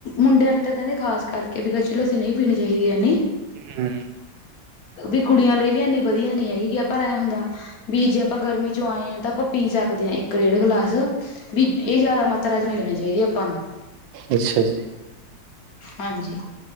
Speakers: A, on the left; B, on the right.
A: ਮੁੰਡੇ ਆਲੀ ਤਾਂ ਕਹਿੰਦੇ ਖਾਸ ਕਰਕੇ, ਵੀ ਕੱਚੀ ਲੱਸੀ ਨਹੀਂ ਪੀਣੀ ਚਾਹੀਦੀ ਹੈਨੀ।
B: ਹੂੰ
A: ਵੀ ਕੁੜੀਆਂ ਲਈ ਵੀ ਇੰਨੀ ਵਧੀਆ ਨੀ ਹੈਗੀ, ਪਰ ਐ ਹੁੰਦਾ ਵੀ ਜੇ ਆਪਾਂ ਗਰਮੀ ਚੋਂ ਆਏ ਹਾਂ ਤਾਂ ਆਪਾਂ ਪੀ ਸਕਦੇ ਹਾਂ ਇੱਕ, ਡੇਢ ਗਲਾਸ ਵੀ ਇਹ ਜਿਆਦਾ ਮਾਤਰਾ ਚ ਨਹੀਂ ਲੈਣੀ ਚਾਹੀਦੀ ਆਪਾਂ ਨੂੰ।
B: ਅੱਛਾ ਜੀ
A: ਹਾਂਜੀ,